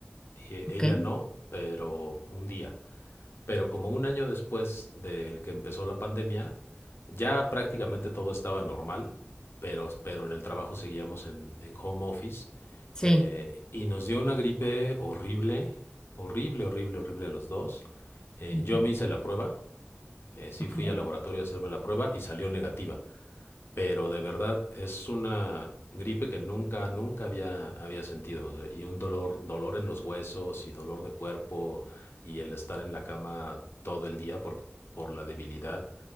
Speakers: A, on the left; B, on the left.
A: y
B: ok,
A: ella no, pero un día. Pero como un año después del que empezó la pandemia, ya prácticamente todo estaba normal, pero, pero en el trabajo seguíamos en, en home office.
B: sí.
A: eh, y nos dio una gripe horrible, horrible, horrible, horrible a los dos. Eh,
B: ujú,
A: yo me hice la prueba, eh, sí
B: ok,
A: fui al laboratorio a hacerme la prueba y salió negativa. Pero de verdad es una gripe que nunca, nunca había, había sentido. o sea, Y un dolor, dolor en los huesos y dolor de cuerpo y el estar en la cama todo el día por, por la debilidad.